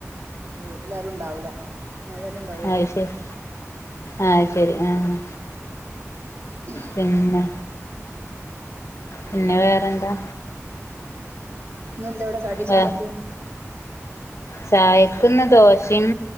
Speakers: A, on the right; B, on the left.
A: ഉ വീട്ടിൽ ആരും ഉണ്ടാവൂില്ല അതന്നെ ഉണ്ടാവുള്ളു
B: അത് ശരി ആഹ് ശരി ആഹ്
A: ഉ
B: പിന്നെ
A: ഇ
B: പിന്നെ വേറെന്താ
A: എന്ത അവിടെ കടി
B: വേ
A: ചായക്ക്
B: ചായക്കിന്ന് ദോശയും